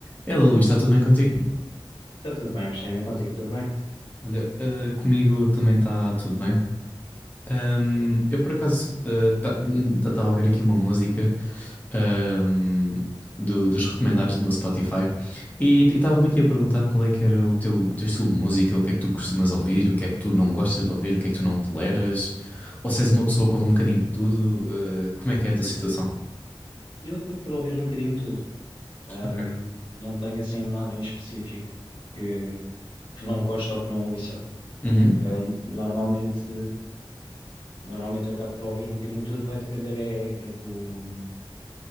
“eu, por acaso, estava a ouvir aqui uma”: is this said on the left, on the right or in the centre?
Left